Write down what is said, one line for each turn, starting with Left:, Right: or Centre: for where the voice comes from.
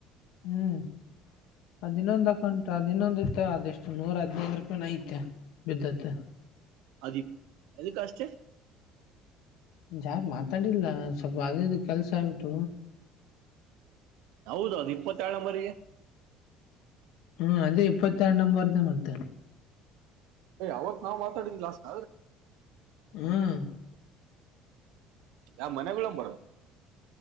Left: ಹ್ಮ್ ಹದಿನೊಂದು ಅಕಂಟ ಹದಿನೊಂದತ್ತು ಅದೆಷ್ಟು ನೂರ ಹ ರೂಪಾಯಿ ನಐತೆ ಬಿದ್ದತ್ತ
Right: ಅದ ಎದು ಕ ಅಷ್ಟ
Left: ಜಾ ಮಾತಾಡಿಲ್ಲ ಸ್ಪ ಅದೇದು ಕೆಲಸ ಆ ಬಿಟ್ಟ
Right: ಹೌದೌದು ಇಪ್ಪತ್ತೆರ ಮಗೆ
Left: ಹ್ಮ್ ಅದು ಇಪ್ಪತ್ತ ಆರ ನಂಬರ್್ದ ಮತ್ತೆ
Right: ಅಯ ಅವಾಗ ನಾವ್ ಮಾತಾಡಿದ ಲಾಸ್ಟ್
Left: ಹ್ಮ್
Right: ಯಾವ ಮನೆಗಳಳ್ಳ ಬರದ